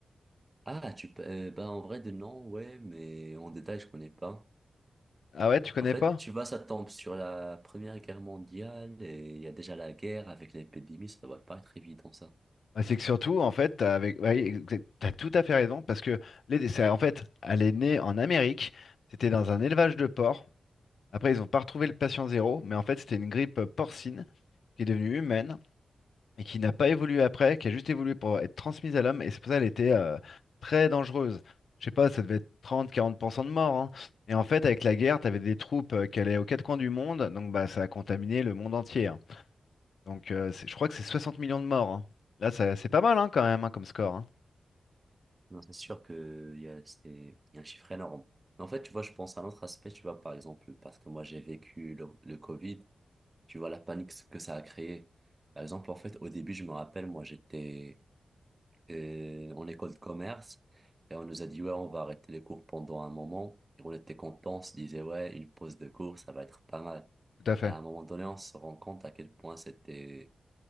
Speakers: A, on the right; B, on the left.
A: Ah, tu peux- euh, bah en vrai de non, ouais, mais en détail je connais pas.
B: Ah ouais, tu connais
A: En fait,
B: pas?
A: tu vois, ça tombe sur la Première Guerre mondiale et il y a déjà la guerre avec l'épidémie, ça doit pas être évident ça.
B: Ah, C'est que surtout, en fait, t'as avec... ouais, exact- t'as tout à fait raison, parce que les... c'est- en fait, elle est née en Amérique, c'était dans un élevage de porcs. Après, ils n'ont pas retrouvé le patient zéro, mais en fait, c'était une grippe euh, porcine qui est devenue humaine et qui n'a pas évolué après, qui a juste évolué pour être transmise à l'homme, et c'est pour ça qu'elle était euh, très dangereuse. Je sais pas, ça devait être 30-40% de morts. hein. Et en fait, avec la guerre, t'avais des troupes euh, qui allaient aux quatre coins du monde, donc bah, ça a contaminé le monde entier. hein. Donc euh, c'est- je crois que c'est 60 millions de morts. hein. Là, ça- c'est pas mal hein, quand même hein, comme score. hein.
A: Non, c'est sûr que il y a, c'est- il y a un chiffre énorme. Mais en fait, tu vois, je pense à un autre aspect, tu vois, par exemple, parce que moi, j'ai vécu le, le Covid, tu vois, la panique que ça a créé. Par exemple, en fait, au début, je me rappelle, moi, j'étais euh, en école de commerce et on nous a dit, ouais, on va arrêter les cours pendant un moment. Et on était contents, on se disait, ouais, une pause de cours, ça va être pas mal.
B: Tout à fait.
A: Et à un moment donné, on se rend compte à quel point c'était